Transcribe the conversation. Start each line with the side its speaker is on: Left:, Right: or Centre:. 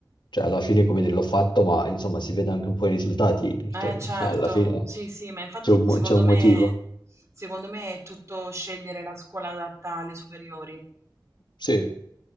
Left: Cioè, alla fine, come dire, l'ho fatto, ma insomma, si vede anche un po' i risultati.
Right: Eh,
Left: Cioè,
Right: certo,
Left: <laughs> alla fine
Right: sì, sì, ma infatti
Left: c'è un,
Right: secondo
Left: mo- c'è un
Right: me,
Left: motivo.
Right: secondo me è tutto scegliere la scuola adatta alle superiori.
Left: Sì,